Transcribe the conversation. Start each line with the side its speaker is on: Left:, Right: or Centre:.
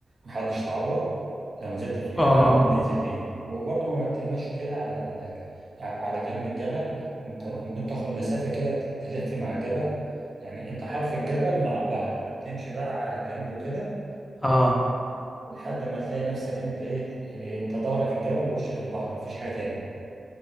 Right: محدش تعور لو نزلت في الحته
Left: اه
Right: اول ما بتنزل دي يعني. وبرضه ما بتبقاش كده على ال... على جنب الجبل انت ممكن تاخد مسافه كده تلف مع الجبل يعني انت حرف الجبل مع البحر فتمشي بقى جنبه كده
Left: اه آه.
Right: لحد ما تلاقي نفسك انت ايه يعني انت ظهرك الجبل ووشك البحر مفيش حاجة تاني